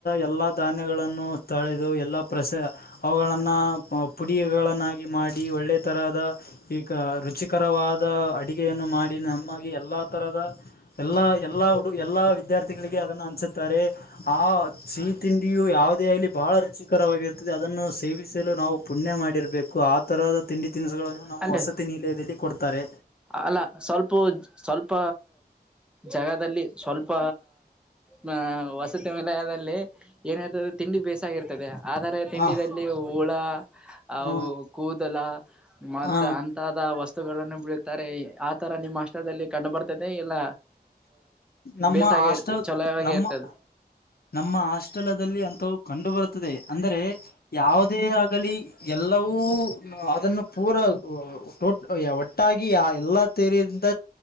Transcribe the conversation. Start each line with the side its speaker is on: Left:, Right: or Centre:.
Left: ಎಲ್ಲಾ ಧಾನ್ಯಗಳನ್ನು ತಳೆದು ಎಲ್ಲ ಪ್ರಸ ಅವುಗಳಗಳನ್ನು. ಪುಡಿಗಳನ್ನಾಗಿ ಮಾಡಿ ಒಳ್ಳೆ ತರಹದ ಈಗ ರುಚಿಕರವಾದ ಅಡಿ. ಅಡುಗೆಯನ್ನಮಾಡಿ ನಮ್ಮಗೆ ಎಲ್ಲಾ ತರದ. ಎಲ್ಲಾ ಎಲ್ಲಾ ಹುಡು ಎಲ್ಲಾ ವಿದ್ಯಾರ್ಥಿಗಳಿಗೆ ಅದನ್ನು ಅಂಚುತ್ತಾರೆ ಆ..... ಸಿಹಿ ತಿಂಡಿಯು ಯಾವುದೇ ಆಗಲಿ ಬಹಳ ರುಚಿಕರವಾಗಿರುತ್ತ. ತ್ತೆ ಅದನ್ನು ಸೇವಿಸಲು ನಾವು ಪುಣ್ಯ ಮಾಡಿರಬೇಕು ಆ ತರಹದ. ತಿಂಡಿ ತಿನಿಸುಗಳನ್ನು ನಮ್ಮ
Centre: ಅಲ್ಲೇ
Left: ವಸತಿ ನಿಲಯದಲ್ಲಿ ಕೊಡ್ತಾರೆ.
Centre: ಅಲ್ಲ ಸ್ವಲ್ಪವು ಸ್ವಲ್ಪ ಜಗದಲ್ಲಿ ಸ್ವಲ್ಪ. ಮ್ಮ್ ವಸತಿ ವಿಲಯದಲ್ಲಿ ಏನ್ ಇರ್ತದಿ ತಿಂಡಿ ಬೇಸಾಗಿರ್ತದೆ. ಆದರೆ ತಿಂಡಿದಲ್ಲಿ
Left: ಹ
Centre: ಹುಳ ಅವ್
Left: ಹ
Centre: ಕೂದಲ ಮತ್ತ
Left: ಹ
Centre: ಅಂತ. ಅಂತ ವಸ್ತುಗಳನ್ನು ಬಿಳ್ತ್ತಾರೆ ಆತರ ನಿಮ್ಮ ಹಾಸ್ಟ್ದಲ್ಲಿ ಕಂಡು ಬರ್ತೖತೆ ಇಲ್ಲ.
Left: ನಮ್ಮ
Centre: ಬೇಸಾಗಿ
Left: ಹಾಸ್ಟೆಲ್
Centre: ಇರ್ತದೆ ಚಲೋ ಆಗೆ
Left: ನಮ್ಮ
Centre: ಇರ್ತದೆ.
Left: ನಮ್ಮ ಹಾಸ್ಟೆಲದಲ್ಲಿ ಅಂತವು ಕಂಡು ಬರುತ್ತದೆ ಅಂದ್ರೆ ಯಾವುದೇ ಆಗಲಿ. ಎಲ್ಲವೂ ಅದನ್ನು ಪೂರ ಉ ಟೊ. ಒಟ್ಟಾಗಿ ಎಲ್ಲಾ ತೀರಿಯಿಂದ